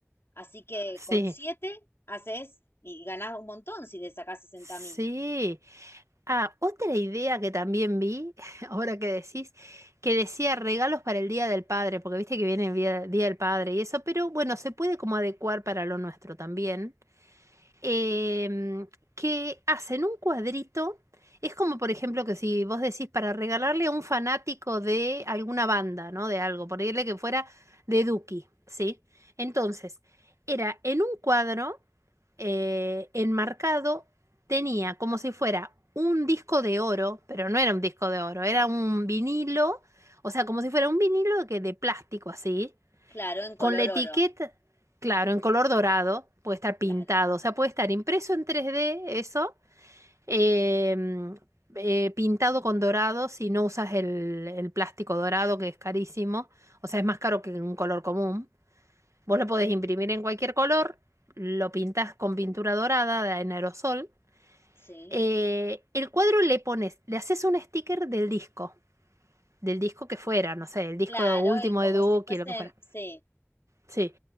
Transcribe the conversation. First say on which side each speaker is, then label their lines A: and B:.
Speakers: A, on the left; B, on the right.
A: Así que
B: Sí.
A: con 7 haces y ganás un montón si le sacás 60
B: Sí.
A: mil.
B: Ah, otra idea que también vi, <laughs> ahora que decís, que decía regalos para el Día del Padre, porque viste que viene el Día, Día del Padre y eso, pero bueno, se puede como adecuar para lo nuestro también em, que hacen un cuadrito. Es como, por ejemplo, que si vos decís para regalarle a un fanático de alguna banda, ¿no? De algo, ponerle que fuera de Duki, ¿sí? Entonces, era en un cuadro eh, enmarcado, tenía como si fuera un disco de oro, pero no era un disco de oro, era un vinilo, o sea, como si fuera un vinilo que de plástico así
A: Claro, en color
B: con la etiqueta,
A: oro.
B: claro, en color dorado, puede estar pintado,
A: Claro,
B: o sea, puede estar impreso en tres d eso, em, eh, pintado con dorado si no usas el, el plástico dorado, que es carísimo, o sea, es más caro que un color común. Vos lo podés imprimir en cualquier color, lo pintas con pintura dorada de- en aerosol.
A: sí.
B: Eh, el cuadro le pones, le haces un sticker del disco, del disco que fuera, no sé, el disco
A: Claro,
B: último
A: y como
B: de Duki,
A: si fuesen,
B: lo que fuera.
A: sí,
B: Sí.